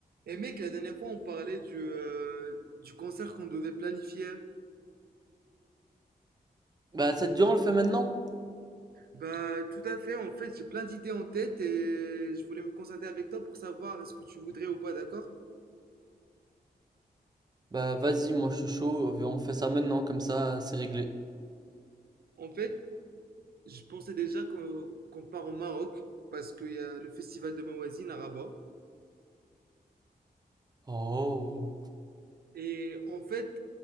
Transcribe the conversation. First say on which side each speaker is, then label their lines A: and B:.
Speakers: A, on the right; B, on the right.
A: Et mec, la dernière fois, on parlait du, euh, du concert qu'on devait planifier.
B: Bah ça te dit on le fait maintenant?
A: Bah, tout à fait. En fait, j'ai plein d'idées en tête et je voulais me concerter avec toi pour savoir est-ce que tu voudrais ou pas, d'accord?
B: Bah vas-y, moi je suis chaud, on fait ça maintenant, comme ça c'est réglé.
A: En fait, je pensais déjà qu'on qu'on part au Maroc parce qu'il y a le festival de Mawazine à Rabat.
B: Oh.
A: Et en fait,